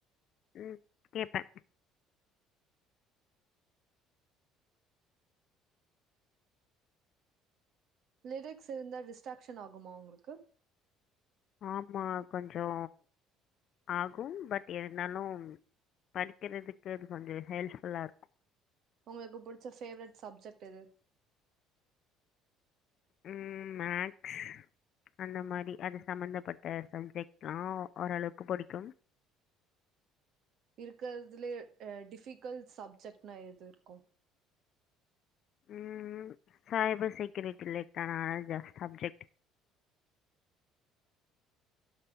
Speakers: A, on the left; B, on the right.
A: உம் கேப்பே
B: லிரிக்ஸ் இருந்தா டிஸ்ட்ராக்ஷன் ஆகுமா உங்களுக்கு?
A: ஆமா கொஞ்சோ ஆகும் பட் இருந்தாலு படிக்கிறதுக்கு அது கொஞ்சோ ஹெல்ப்ஃபுல்லா இருக்கு
B: உங்களுக்கு புடிச்ச ஃபேவரட் சப்ஜெக்ட் எது?
A: உம் மேக்ஸ் அந்த மாரி அது சம்பந்தப்பட்ட சப்ஜெக்ட்லா ஓரளவுக்கு புடிக்கும்.
B: இருக்கிறதுலயே அஹ் டிஃபிக்கல்ட் சப்ஜெக்ட்னா எதுருக்கும்?
A: உம் சைபர் செக்யூரிட்டி லைக் ஆஹ் ஜ சப்ஜெக்ட்